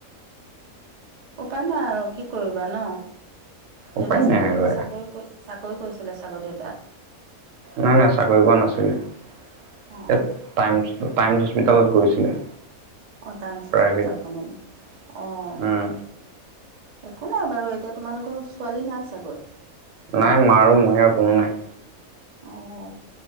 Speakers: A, on the right (about 80°); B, on the right (about 70°).
A: উপায় নাই আৰু কি কৰিবা ন
B: উপায়
A: দেউতা চাকৰি
B: নাই
A: কিবা
B: আৰু এয়া
A: চাকৰি কৰি চাকৰি কৰিছিলে চাগৈ দেউতা
B: নাই নাই চাকৰি পোৱা নাছিলে
A: অঁ
B: টাইম হস্পিতালত গৈছিলে
A: অঁ টাইমছ হস্পিটালখনত
B: প্ৰাইভেট
A: অঁ
B: উম
A: একো নাই বাৰু এতিয়া তোমালোকৰ ছোৱালী নাই চাগৈ
B: নাই মা আৰু মই হে আৰু কোনো নাই
A: অঁ